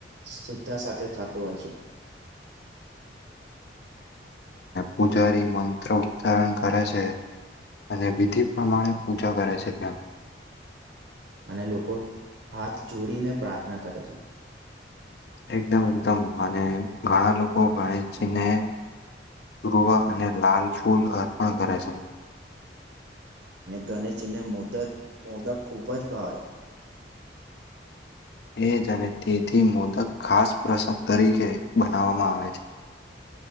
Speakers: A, on the right (about 70°); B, on the left (about 60°).
A: શુદ્ધા સાથે થતો હોય છે <inaudible>
B: પુજારી મંત્ર ઉચ્ચારણ કરે છે અને વિધિ પ્રમાણે પૂજા કરે છે ત્યા
A: અને લોકો હાથ જોડીને પ્રાર્થના કરે છે
B: એકદમ એકદમ અને ઘણા લોકો ગણેશજીને પૂર્વ અને લાલ ફૂલ અર્પણ કરે છે
A: અને ગનેશજી ને મોદક મોદક ખૂબ જ ભાવે
B: એ જ અને તેથી મોદક ખાસ પ્રસાદ તરીકે બનાવવામાં આવે છે